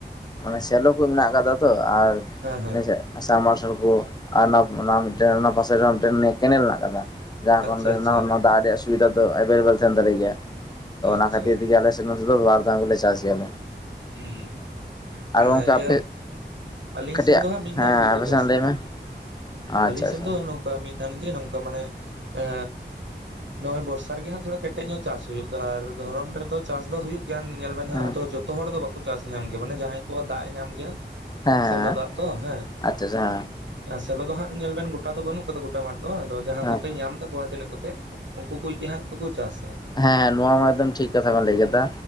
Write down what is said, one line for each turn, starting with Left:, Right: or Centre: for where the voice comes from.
Left: ᱥᱮᱞᱚ ᱠᱚ ᱢᱮᱱᱟᱜ ᱟᱠᱟᱫᱟ ᱛᱚ ᱟᱨ
Right: ᱦᱮᱸ
Left: <unintelligible> ᱥᱟᱢᱢᱟᱨᱥᱟᱞ ᱠᱚ ᱟᱨ ᱚᱱᱟᱢᱤᱴᱮᱱ ᱚᱱᱟ ᱯᱟᱥᱮ ᱨᱮᱦᱚᱸ ᱢᱤᱫᱴᱮᱱ ᱠᱮᱱᱮᱞ ᱦᱮᱱᱟᱜ ᱟᱠᱟᱫᱟ ᱡᱟᱦᱟᱸ
Right: ᱟᱪᱪᱷᱟ
Left: ᱠᱚ
Right: ᱟᱪᱪᱷᱟ
Left: ᱫᱟᱜ ᱨᱮᱭᱟᱜ ᱥᱩᱵᱤᱫᱟ ᱫᱚ ᱮᱵᱮᱞᱮᱵᱮᱞ ᱛᱟᱦᱮᱱ ᱛᱟᱞᱮ ᱜᱮᱭᱟ
Right: ᱟᱪᱪᱷᱟ
Left: ᱚᱱᱟ ᱠᱷᱟᱹᱛᱤᱨᱜᱮ ᱟᱞᱮ ᱱᱮᱥ ᱫᱚ ᱵᱟᱨ ᱫᱷᱟᱣ ᱜᱮᱞᱮ ᱪᱟᱥ ᱜᱮᱭᱟᱞᱮ
Right: ᱩᱸᱦᱩ ᱟᱨ
Left: ᱜᱚᱝᱠᱮ ᱟᱯᱮ
Right: ᱤᱭᱟᱹ ᱟᱹᱞᱤᱧ
Left: ᱠᱟᱹᱴᱤᱡ
Right: ᱥᱮᱱ ᱫᱚ ᱦᱟᱸᱜ ᱢᱤᱫ
Left: ᱦᱮᱸ
Right: ᱵᱟᱨ ᱜᱮᱠᱚ
Left: ᱟᱯᱮ ᱥᱮᱱᱟᱜ
Right: ᱪᱟᱥᱟ
Left: ᱞᱟᱹᱭ ᱢᱮ ᱟᱪᱪᱷᱟ
Right: ᱟᱹᱞᱤᱧ
Left: ᱟᱪᱪᱷᱟ
Right: ᱥᱮᱱ ᱫᱚ ᱱᱚᱠᱟ ᱢᱤᱫ ᱫᱷᱟᱣ ᱜᱮ ᱱᱚᱝᱠᱟ ᱢᱟᱱᱮ ᱮ ᱱᱚᱜᱼᱚᱭ ᱵᱚᱨᱥᱟ ᱨᱮᱜᱮ ᱛᱷᱚᱲᱟ ᱠᱮᱴᱮᱡ ᱧᱚᱜ ᱪᱟᱥ ᱦᱩᱭᱩᱜᱼᱟ ᱟᱨ ᱫᱷᱚᱨᱚᱱ ᱨᱮᱫᱚ ᱪᱟᱥ ᱫᱚ ᱦᱩᱭᱩᱜ ᱜᱮᱭᱟ ᱧᱮᱞ ᱵᱮᱱᱦᱟᱜ
Left: ᱦᱮᱸ
Right: ᱟ ᱟᱫᱚ ᱡᱚᱛᱚ ᱦᱚᱲ ᱫᱚ ᱵᱟᱠᱚ ᱪᱟᱥ ᱧᱟᱢ ᱜᱮᱭᱟ ᱢᱟᱱᱮ ᱡᱟᱦᱟᱸᱭ ᱠᱚᱣᱟᱜ ᱫᱟᱜ ᱮ ᱧᱟᱢ ᱜᱮᱭᱟ
Left: ᱦᱮᱸ
Right: ᱥᱮᱞᱚ ᱫᱟᱜ ᱛᱚ ᱦᱮᱸ
Left: ᱟᱪᱪᱷᱟ ᱟᱪᱪᱷᱟ
Right: ᱥᱮᱞᱚ ᱫᱚ ᱦᱟᱸᱜ ᱧᱮᱞ ᱵᱮᱱ ᱜᱚᱴᱟ ᱫᱚ ᱵᱟᱹᱱᱩᱜ ᱠᱟᱫᱟ ᱜᱚᱴᱟ ᱢᱟᱴᱷ ᱫᱚ ᱟᱫᱚ ᱡᱟᱦᱟᱸ
Left: ᱦᱮᱸ
Right: ᱠᱚᱛᱮ ᱧᱟᱢ ᱛᱟᱠᱚᱣᱟ ᱛᱤᱱᱟᱹᱜ ᱠᱚᱛᱮ ᱩᱱᱠᱩ ᱠᱚᱠᱚ <unintelligible> ᱦᱟᱸ ᱠᱚ ᱪᱟᱥᱟ
Left: ᱦᱮᱸᱮᱸ ᱱᱚᱣᱟ ᱢᱟ ᱮᱠᱫᱚᱢ ᱴᱷᱤᱠ ᱠᱟᱛᱷᱟ ᱵᱮᱱ ᱞᱟᱹᱭ ᱠᱮᱫᱟ